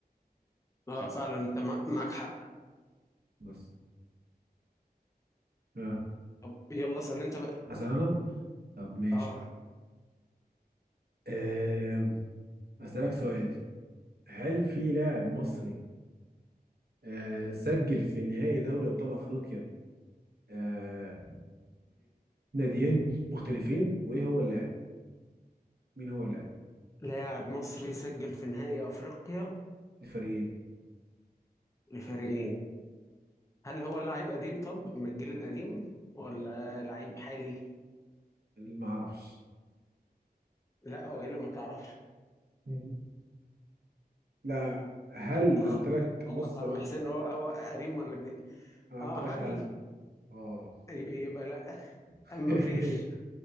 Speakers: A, on the left; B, on the right.
A: اه فعلا انت مع- معاك حق
B: بس آه.
A: طب يلا اسال انت بقى
B: هسأل انا طب ماشي
A: اه
B: آه، أسألك سؤال هل في لاعب مصري آه سجل في نهائي دوري ابطال افريقيا آه لناديين مختلفين وايه هو اللاعب مين هو اللاعب
A: لاعب مصري سجل في نهائي افريقيا
B: الفريقين
A: لفريقين هل هو لعيب قديم طب من الجيل القديم ولا لعيب حالي
B: ما اعرفش
A: لا هو ايه اللي ما تعرفش
B: مم. لا هل
A: آه، خلاص
B: انا قلت لك
A: خلاص
B: بص
A: يا عم
B: انا قلت
A: حسين هو هو قديم ولا جديد
B: أنا
A: اه
B: قلت
A: هل
B: لك هل اه
A: ي- يبقى لا
B: <laughs>
A: ما فيش